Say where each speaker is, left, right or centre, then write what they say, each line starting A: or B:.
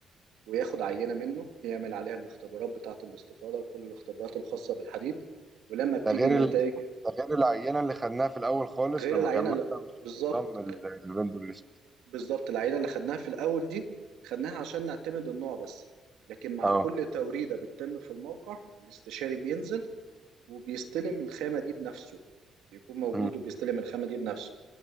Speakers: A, on the right; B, on the right.
A: وياخد عينة منه يعمل عليها الاختبارات بتاعة الاستطالة وكل الاختبارات الخاصة بالحديد ولما بتيجي
B: ده غير
A: النتائج
B: ال... ده غير العينه اللي خدناها في الاول خالص
A: غير
B: لما
A: العينة
B: كان مثلا مش
A: بالظبط
B: ضم الفندور ليست
A: بالظبط العينة اللي خدناها في الأول دي خدناها عشان نعتمد النوع بس لكن مع
B: اه
A: كل توريدة بتتم في الموقع الاستشاري بينزل وبيستلم الخامة دي بنفسه بيكون موجود
B: م-
A: وبيستلم الخامة دي بنفسه